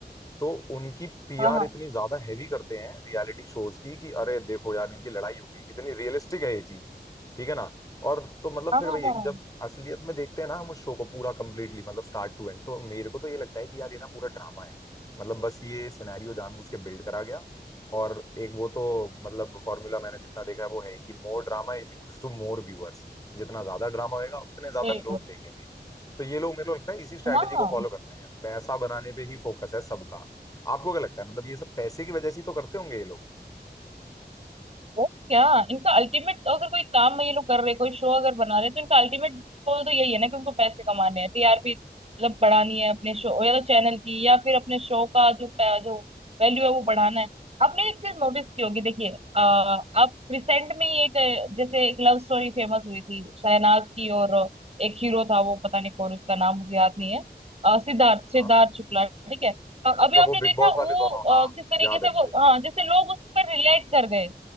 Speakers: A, on the left (about 20°); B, on the right (about 35°).
A: तो उनकी पीआर
B: हाँ हाँ
A: इतनी ज्यादा हैवी करते हैं रियलिटी शोज की कि अरे देखो यार इनकी लड़ाई हो गई कितनी रियलिस्टिक है ये चीज ठीक है ना और तो मतलब
B: हाँ
A: फिर
B: हाँ
A: वही
B: हाँ
A: है कि
B: हाँ,
A: जब असलियत में देखते हैं ना हम उस शो को पूरा कंप्लीटली मतलब स्टार्ट टू एंड तो मेरे को तो ये लगता है कि यार ये ना पूरा ड्रामा है मतलब बस ये सिनेरियो जानबूझ के बिल्ड करा गया और एक वो तो मतलब फॉर्मूला मैंने जितना देखा है वो है ही कि more drama is equals to more viewers जितना ज्यादा ड्रामा होएगा उतने ज्यादा
B: बिल्कुल
A: लोग देखेंगे तो ये लोग मेरे को लगता है इसी स्ट्रैटेजी
B: हाँ हाँ
A: को फॉलो करते हैं पैसा बनाने पे ही फोकस है सबका आपको क्या लगता है मतलब ये सब पैसे की वजह से ही तो करते होंगे ये लोग
B: वो क्या इनका अल्टीमेट अगर कोई काम में ये लोग कर रहे कोई शो अगर बना रहे तो इनका अल्टीमेट गोल तो यही है ना कि उनको पैसे कमाने हैं टीआरपी मतलब बढ़ानी है अपने शो या तो चैनल की या फिर अपने शो का जो पै- जो वैल्यू है वो बढ़ाना है आपने एक चीज नोटिस की होगी देखिए अ, अब रिसेंट में ही एक अ, जैसे एक लव स्टोरी फेमस हुई थी शहनाज की और एक हीरो था वो पता नहीं कौन उसका नाम मुझे याद नहीं है अ, सिद्धार्थ सिद्धार्थ
A: हाँ
B: शुक्ला ठीक है अ,
A: अच्छा
B: अभी आपने
A: वो
B: देखा
A: बिग बॉस
B: वो
A: वाले दोनों
B: अ,
A: हाँ
B: किस तरीके
A: याद
B: से
A: है मुझे
B: वो हाँ जैसे लोग उस पर रिलेट कर गए